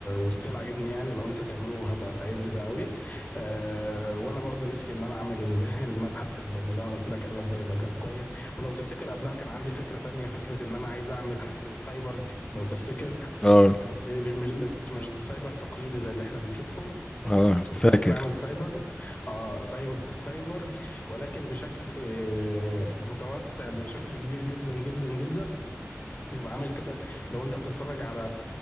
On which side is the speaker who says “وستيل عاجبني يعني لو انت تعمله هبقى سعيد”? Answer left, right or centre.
Left